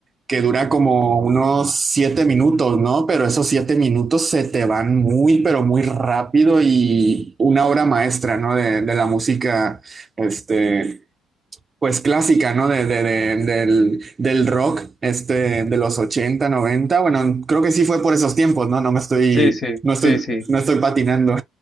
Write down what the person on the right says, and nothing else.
que dura como unos siete minutos, ¿no? Pero esos siete minutos se te van muy, pero muy rápido y una obra maestra, ¿no? De, de la música, este, pues clásica, ¿no? De, de- de- del, del rock, este, de los 80 90. Bueno, creo que sí fue por esos tiempos, ¿no? No me estoy,
no estoy,
no estoy patinando.